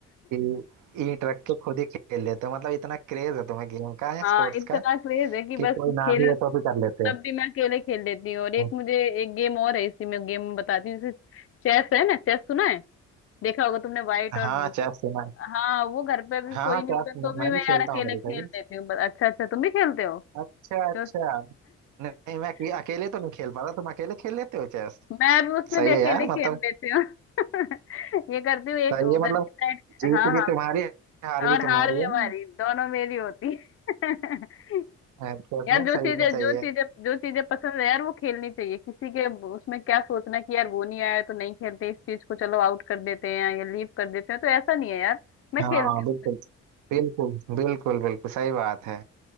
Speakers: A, on the right; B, on the left.
A: कि ईंट रख के खुद ही खेल लेते हो मतलब इतना क्रेज है तुम्हें गेम का है
B: हाँ
A: स्पोर्ट्स
B: इतना
A: का
B: क्रेज है कि
A: कि
B: बस
A: कोई
B: खेल
A: ना भी हो तो भी कर लेते
B: तब भी मैं अकेले खेल लेती हूँ और एक
A: हो
B: मुझे एक गेम और है इसी में गेम बताती हूँ जैसे चेस है ना चेस सुना है देखा होगा तुमने व्हाइट और
A: हाँ चेस सुना है।
B: हाँ वो घर पे भी
A: हाँ
B: कोई
A: हाँ चेस
B: नहीं होता तो
A: मैं
B: भी
A: मैं
B: मैं
A: भी खेलता
B: यार अकेले
A: हूँ कभी
B: खेल
A: कभी
B: लेती हूँ बस अच्छा अच्छा तुम भी खेलते हो
A: अच्छा अच्छा
B: तो
A: नहीं मैं अके-
B: <laughs>
A: अकेले तो नहीं खेल पाता तुम अकेले खेल लेते हो चेस
B: मैं भी उसमें
A: सही
B: भी अकेले
A: है यार
B: खेल
A: मतलब
B: लेती हूँ <laughs> ये करती हूँ एक
A: सही है
B: उधर
A: मतलब
B: की साइड
A: जीत
B: हाँ हाँ
A: भी तुम्हारी है, हार
B: और
A: भी तुम्हारी
B: हार भी
A: है
B: हमारी दोनों मेरी होती है <laughs>
A: हाँ, चेस
B: यार
A: में
B: जो
A: सही
B: चीजें
A: है सही
B: जो
A: है
B: चीजें जो चीजें पसंद है यार वो खेलनी चाहिए किसी के उसमें क्या सोचना कि यार वो नहीं आया तो नहीं खेलते इस चीज को चलो आउट कर देते हैं या लीव कर देते हैं तो ऐसा नहीं है यार मैं
A: हाँ
B: खेलती
A: बिल्कुल बिल्कुल बिल्कुल बिल्कुल सही बात है